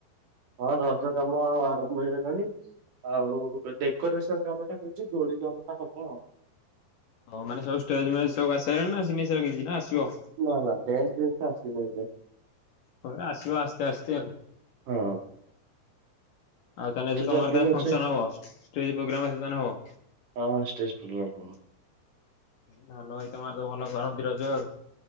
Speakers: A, on the right; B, on the left.
A: ହଁ ରଜ କାମ ଆରମ୍ଭ ହେଇଗଲାଣି। ଆଉ ଡେକୋରେସନ କାମଟା ହୁଛି ଦୋଳି କାମ ଟା ହବ ଆଉ।
B: ହଉ ମାନେ ସବ ଷ୍ଟେଜ୍ ମେଜ ସବୁ ଆସିସାଇଲାଣି ନା ଆସିନି କିଛି, ନା ଆସିବ।
A: ନା ନା ଷ୍ଟେଜ ଜିନସ ଆସିନି ଏଯାଏ।
B: ପରେ ଆସିବ ଆସ୍ତେ ଆସ୍ତେ ଆଉ।
A: ଓ।
B: ଆଉ ତାହେଲେ ତମର
A: ଚାରି ଦିନ ଅଛି
B: ଫଙ୍କସନ ହବ ଷ୍ଟେଜ ପ୍ରୋଗ୍ରାମ ହବ।
A: ହଁ ହଁ ଷ୍ଟେଜ୍ ପ୍ରୋଗ୍ରାମ ହବ।
B: ଭଲ ଭାଇ ତମର ତ ଭଲ କରନ୍ତି ରଜ ଆଉ।